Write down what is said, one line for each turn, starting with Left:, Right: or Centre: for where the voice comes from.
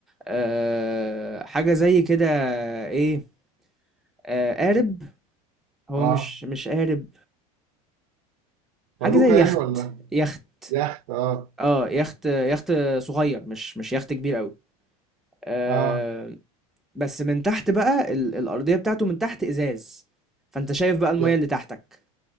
Centre: أه حاجه زي كده ايه أه قارب هو
Right: اه
Centre: مش مش قارب حاجه
Right: فلوكة
Centre: زي
Right: يعني
Centre: يخت
Right: ولا
Centre: يخت
Right: يخت اه
Centre: اه يخت يخت صغير مش مش يخت كبير قوي أه
Right: اه
Centre: بس من تحت بقى ال- الارضيه بتاعته من تحت ازاز فانت شايف بقى الميه
Right: يا-
Centre: اللي تحتك